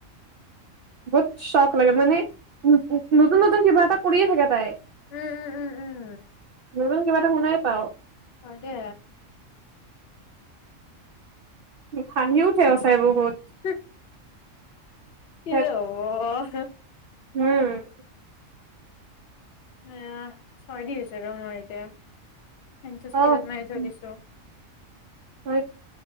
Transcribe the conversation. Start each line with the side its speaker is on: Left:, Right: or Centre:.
Right: বহুত চখ লাগে মানে নতুন নতুন কিবা এটা কৰিয়ে থাকে তাই
Left: উম উম উম উম উম
Right: নতুন কিবা এটা শুনাই পাও
Left: অ দে
Right: হাঁহি উঠে সচাই বহুত
Left: হ কি
Right: ধেৎ
Left: যে হব চে
Right: উম
Left: এয়া ছয় দি হৈছে ৰ মই এতিয়া স
Right: অ
Left: স্পিডত মজলছো
Right: হয়